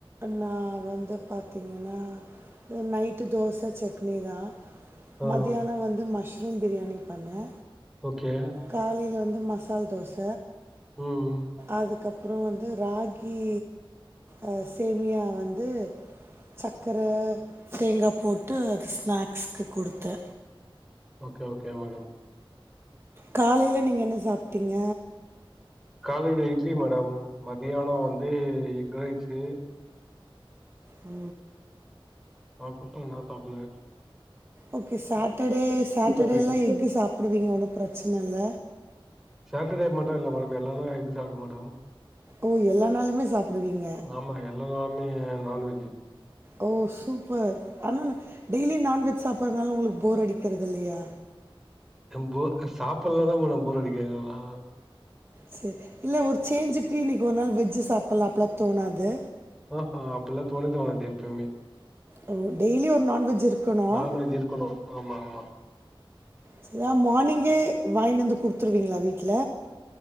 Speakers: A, on the right (about 25°); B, in the centre.
A: நா வந்து பாத்தீங்கன்னா நைட்டு தோச சட்னி தா
B: ஆ
A: மதியானோ வந்து மஷ்ரூம் பிரியாணி பண்ணே
B: ஓகே
A: காலைல வந்து மசால் தோச
B: ம்
A: அதுக்க ப்றோ வந்து ராகி அ சேமியா வந்து சக்கர தேங்கா போட்டு அது ஸ்நாக்ஸ்க்கு குடுத்தே
B: ஓகே ஓகே மேடம்
A: காலைல நீங்க என்ன சாப்ட்டீங்க
B: காலைல இட்லி மேடம் மதியானோ வந்து எக் ரைஸு
A: ஓ
B: ஆ <unintelligible> நல்லாருப்பாங்க
A: ஓகே சாட்ட டே சாட்ட
B: ஃபைவ்
A: டே ல்லா எக்கு சாப்டுவீங்க ஒன்னு பிரச்சனல்ல
B: சாட்ட டே மட்டு இல்ல மேடம் எல்லா நாள் எக்கு சாப்டுவே மேடம்
A: ஓ எல்லா நாளுமே சாப்பிடுவீங்க
B: ஆமா எல்லா நாளுமே நான்வெஜ்ஜு
A: ஓ சூப்பர் ஆனா டெய்லி நான்வெஜ் சாப்பனால ஒங்களுக்கு போர் அடிக்றது இல்லயா
B: போ சாப்பலனா தா மேடம் போர் அடிக்கு எங்கலா
A: செர் இல்ல ஒரு சேஞ்சுக்கு இன்னக்கி ஒரு நாள் வெஜ்ஜு சாப்பலா அப்டிலா தோணாது
B: ஆ ஹா அப்பில்லா தோணவே தோணாது எப்பேமே
A: ஓ டெய்லி ஒரு நான்வெஜ் இருக்கணும்
B: நான்வெஜ் இருக்குணு, ஆமா ஆமா
A: சா மார்னிங்கே வாங்கிட்டு வந்து குடுத்துருவீங்களா வீட்ல